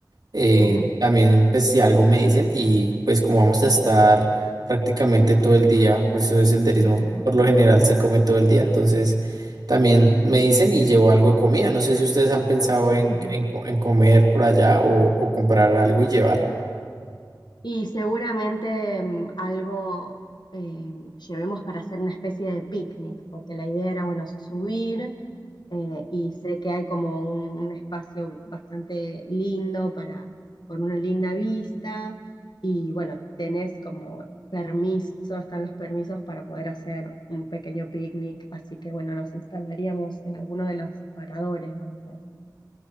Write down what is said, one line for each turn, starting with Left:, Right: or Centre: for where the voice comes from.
Right: Eh,
Left: Ujú,
Right: también, pues, si algo me dicen y pues como vamos a estar prácticamente todo el día, pues eso de senderismo
Left: ujú,
Right: por lo general se come todo el día, entonces también me dicen y llevo algo de comida. No sé si ustedes han pensado en,
Left: ujú.
Right: en co- en comer por allá o, o comprar algo y llevar.
Left: Y seguramente mm, algo eh, llevemos para hacer una especie de picnic, porque la idea era, bueno, subir eh, y sé que hay como un, un espacio bastante lindo para, con una linda vista y bueno, tenés como permiso, están los permisos para poder hacer un pequeño picnic, así que bueno, nos instalaríamos en alguno de los paradores, vamos a decir.